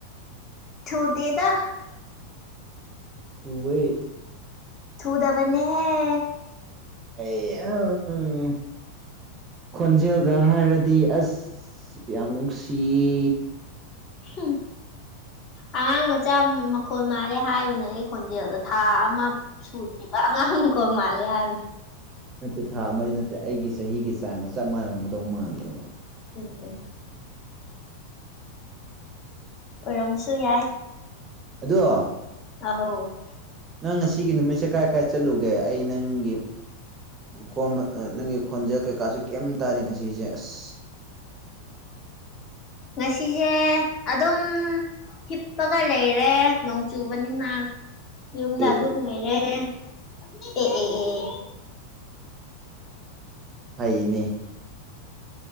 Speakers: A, on the left (about 30°); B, on the right (about 25°).
A: ꯊꯨꯗꯦꯗ
B: ꯊꯏꯩ
A: ꯊꯨꯗꯕꯅꯤꯍꯦ
B: ꯑꯦ ꯈꯣꯟꯖꯦꯜꯒ ꯍꯥꯏꯔꯗꯤ ꯑꯁ ꯌꯥꯝ ꯅꯨꯡꯁꯤꯌꯦ
A: ꯎ ꯑꯉꯥꯡ ꯃꯆꯥ ꯃꯈꯣꯜ ꯃꯥꯜꯂꯦ ꯍꯥꯏꯕꯅꯦ ꯑꯩ ꯈꯣꯟꯗꯦꯜꯦꯜꯗ ꯊꯥ ꯑꯃ ꯁꯨꯗꯔꯤꯕ ꯑꯉꯥꯡꯀ ꯃꯥꯜꯂꯦ ꯍꯥꯏꯕꯅꯤ
B: ꯅꯠꯇꯦ ꯊꯥ ꯑꯃꯗꯤ ꯅꯠꯇꯦ ꯑꯩꯒꯤ ꯆꯍꯤꯒꯤ ꯆꯥꯡꯒ ꯆꯞ ꯃꯥꯟꯅꯔꯝꯒꯗꯧ ꯃꯥꯜꯂꯦꯕ
A: ꯆ ꯎꯝ ꯑꯣꯏꯔꯝꯃꯁꯨ ꯌꯥꯏ
B: ꯑꯗꯨꯣ
A: ꯑꯣ <unintelligible>
B: ꯅꯪ ꯉꯁꯤ ꯅꯨꯃꯤꯠꯁꯦ ꯀꯥꯏ ꯀꯥꯏ ꯆꯠꯂꯨꯒꯦ ꯑꯩ ꯅꯪꯒꯤ ꯈꯣꯟ ꯅꯪꯒꯤ ꯈꯣꯟꯖꯦꯜ ꯀꯩꯀꯥꯁꯨ ꯀꯩꯝ ꯇꯥꯔꯦ ꯉꯁꯤꯁꯦ ꯑꯁ
A: ꯉꯁꯤꯁꯦ ꯑꯗꯨꯝ ꯍꯤꯞꯄꯒ ꯂꯩꯔꯦ ꯅꯣꯡ ꯆꯨꯕꯅꯤꯅ ꯌꯨꯝꯗ
B: ꯑꯦ
A: ꯑꯗꯨꯝ
B: ꯑꯦ ꯑꯦ
A: ꯂꯩꯩꯔꯦ ꯑꯦ ꯑꯦ ꯑꯦ
B: ꯐꯩꯅꯦ